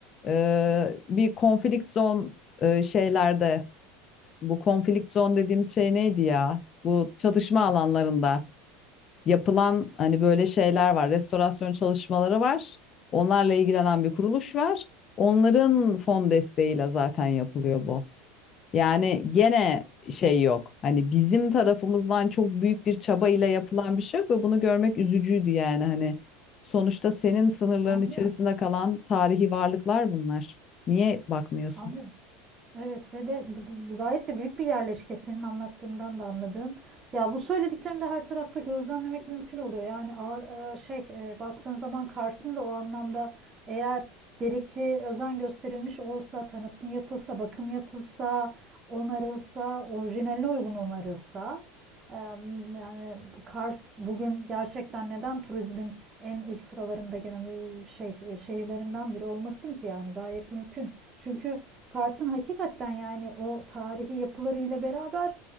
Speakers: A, on the left (about 25°); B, on the right (about 20°).
A: e, bir konflikt zon e, şeylerde bu konflikt zone dediğimiz şey neydi ya? Bu çatışma alanlarında yapılan hani böyle şeyler var. Restorasyon çalışmaları var. Onlarla ilgilenen bir kuruluş var. Onların fon desteğiyle zaten yapılıyor bu. Yani gene şey yok. Hani bizim tarafımızdan çok büyük bir çaba ile yapılan bir şey yok ve bunu görmek üzücüydü yani hani sonuçta senin sınırların
B: Anlıyorum.
A: içerisinde kalan tarihi varlıklar bunlar. Niye bakmıyorsun?
B: Anlıyorum. Evet ve de b- b- gayet de büyük bir yerleşke senin anlattığından da anladığım. Ya bu söylediklerini de her tarafta gözlemlemek mümkün oluyor. Yani ağır e, şey e, baktığın zaman Kars'ın da o anlamda eğer gerekli özen gösterilmiş olsa, tanıtım yapılsa, bakım yapılsa, onarılsa, orijinaline uygun onarılsa e, yani Kars bugün gerçekten neden turizmin en ilk sıralarında gelen e, şey e, şehirlerinden biri olmasın ki yani gayet mümkün. Çünkü Kars'ın hakikaten yani o tarihi yapılarıyla beraber